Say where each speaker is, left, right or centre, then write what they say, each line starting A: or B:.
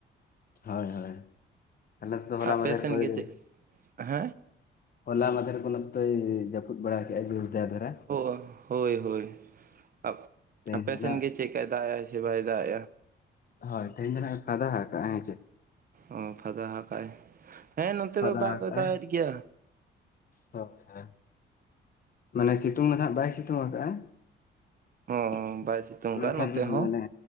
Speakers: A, on the left; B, on the right.
A: ᱦᱚᱭ ᱦᱚᱭ ᱟᱞᱮ <inaudible> ᱫᱚ ᱦᱚᱞᱟ
B: ᱟᱯᱮ
A: ᱢᱟᱫᱷᱮᱨ
B: ᱥᱮᱱ
A: ᱠᱚᱨᱮ ᱜᱮ
B: ᱪᱮᱫ ᱦᱮᱸ
A: ᱦᱚᱞᱟ ᱢᱟᱫᱷᱮᱨ ᱠᱷᱚᱱᱟᱜ ᱛᱚᱭ ᱡᱟᱹᱯᱩᱫ ᱵᱟᱲᱟ ᱠᱮᱜᱼᱟ ᱡᱩᱨ ᱛᱮ ᱟᱫᱷᱨᱟ <unintelligible>
B: ᱚ ᱦᱳᱭ ᱦᱳᱭ ᱟᱯ
A: ᱛᱮᱦᱮᱧ
B: ᱟᱯᱮᱥᱮᱱ
A: ᱫᱚ ᱱᱟᱜ
B: ᱜᱮ ᱪᱮᱫᱠᱟᱭ ᱫᱟᱜ ᱮᱭᱟᱭ ᱥᱮ ᱵᱟᱭ ᱫᱟᱜ ᱮ ᱟ
A: ᱦᱳᱭ ᱛᱮᱦᱮᱧ ᱫᱚ ᱦᱟᱸᱜ ᱯᱷᱟᱫᱟ ᱟᱠᱟᱫᱟ ᱦᱮᱸ ᱪᱮ
B: ᱚ ᱯᱷᱟᱫᱟ ᱦᱟᱠᱟᱭ ᱦᱮᱸ ᱱᱚᱛᱮ
A: ᱯᱷᱟᱫᱟ
B: ᱫᱚ ᱫᱟᱜ
A: ᱟᱠᱟᱜᱼᱟᱭ
B: ᱫᱚᱭ ᱫᱟᱜᱮᱫ ᱜᱮᱭᱟ
A: ᱦᱳᱭ ᱦᱳᱭ ᱢᱟᱱᱮ ᱥᱤᱛᱩᱝ ᱫᱚ ᱱᱟᱦᱟᱜ ᱵᱟᱭ ᱥᱤᱛᱩᱝ ᱟᱠᱟᱜ-ᱟᱭ
B: ᱦᱚᱸ
A: <inaudible>
B: ᱵᱟᱭ ᱥᱤᱛᱩᱝ
A: ᱢᱮᱱᱠᱷᱟᱱ
B: ᱠᱟᱜᱼᱟ ᱱᱚᱛᱮ ᱦᱚᱸ
A: ᱢᱟᱱᱮ